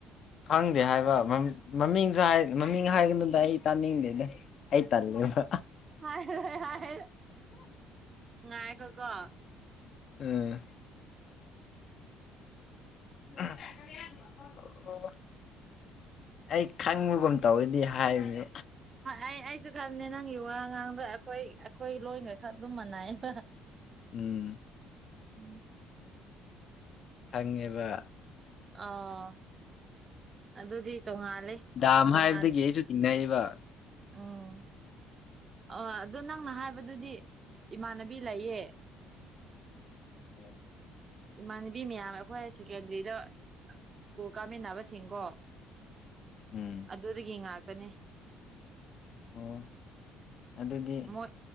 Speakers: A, on the left; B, on the right.
A: ꯈꯪꯗꯦ ꯍꯥꯏꯕ ꯃꯃꯤꯡꯁꯨ ꯃꯃꯤꯡ ꯍꯥꯏꯒꯅꯨꯗ ꯑꯩ ꯇꯥꯅꯤꯡꯗꯦꯗ ꯑꯩ ꯇꯜꯂꯦꯕ
B: ꯍ ꯍꯣꯏ ꯍꯥꯏ ꯉꯥꯏ ꯀꯣ ꯀꯣ
A: ꯎꯝ ꯑꯣ ꯑꯩ ꯈꯪꯕꯒꯨꯝ ꯇꯧꯋꯦꯗꯤ ꯍꯥꯏꯕꯅꯦ
B: ꯑꯩ ꯑꯩꯁꯨ ꯈꯪꯗꯦ <unintelligible> ꯅꯪꯒꯤ ꯋꯥ ꯉꯥꯡꯕ ꯑꯩꯈꯣꯏ ꯑꯩꯈꯣꯏ ꯂꯣꯏꯒ ꯈꯔ ꯑꯗꯨꯝ ꯃꯥꯟꯅꯩꯑꯦꯕ
A: ꯎꯝ
B: ꯎꯝ
A: ꯈꯪꯉꯤꯕ
B: ꯑꯣ ꯑꯗꯨꯗꯤ ꯇꯣꯡꯉꯥꯜꯂꯦ
A: ꯗꯥꯝ
B: ꯇꯣꯉꯥꯟ
A: ꯍꯥꯏꯕꯗꯒꯤ ꯑꯩꯁꯨ ꯆꯤꯡꯅꯩꯕ
B: ꯎꯝ ꯑ ꯑꯗꯣ ꯅꯪꯅ ꯍꯥꯏꯕꯗꯨꯗꯤ ꯏꯃꯥꯟꯅꯕꯤ ꯂꯩꯌꯦ
A: ꯑꯣꯝ <unintelligible>
B: ꯏꯃꯥꯟꯅꯕꯤ ꯃꯌꯥꯝ ꯑꯩꯈꯣꯏ ꯁꯦꯀꯦꯟꯗꯔꯤꯗ ꯎ ꯀꯥꯃꯤꯟꯅꯕꯁꯤꯡꯀꯣ
A: ꯎꯝ
B: ꯑꯗꯨꯗꯒꯤ ꯉꯥꯛꯇꯅꯦ
A: ꯑꯣ ꯑꯗꯨꯗꯤ
B: ꯃꯣꯏ